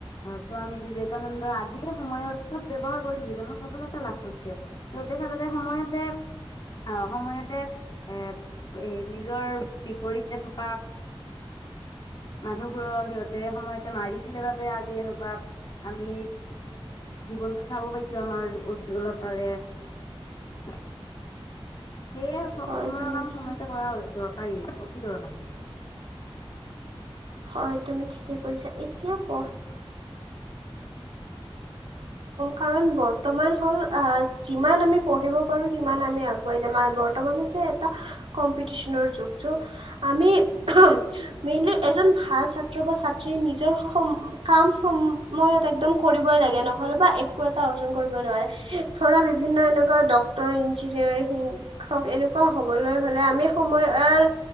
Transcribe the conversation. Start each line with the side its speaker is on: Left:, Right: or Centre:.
Left: আহ স্বামী বিবেকানন্দ আদিয়ে সময়ৰ সদ ব্যৱহাৰ কৰি জীৱনত সফলতা লাভ কৰিছে সতে চাবে সময়তে আহ সময়তে এ এ নিজৰ বিপৰীত <unintelligible> থকা মানুহবোৰৰ সিহঁতে সময়ত মাৰিছিলে বাবে আজি এনেকুৱা আমি জীৱনটো চাব পাইছো আমাৰ উজ্জ্বলতাৰে <unintelligible> সেয়ে
Right: হয়
Left: সময়ৰ
Right: তুমি
Left: কাম
Right: ঠিকে
Left: সময়তে কৰা দৰকাৰী চান <unintelligible>
Right: হয় তুমি ঠিকে কৈছা এতিয়া ক কাৰ বৰ্তমান হল যিমান আমি পঢ়িব পাৰো সিমান আমি আগুৱাই যাম বৰ্তমান এ কম্পিটিচনৰ যোগ <unintelligible> আমি সেই মেইনলি <unintelligible> এজন ভাল ছাত্ৰ বা ছাত্ৰীয়ে নিজৰ <unintelligible> কাম সমই একদম কৰিবই লাগে নহলে বা একো এটা অৰ্জন কৰিব নোৱাৰে ধৰা বিভিন্ন এনেকুৱা ড্ক্তৰ ইঞ্জিনিয়াৰ শিক্ষক এনেকুৱা হবলৈ হলে আমি সময়ৰ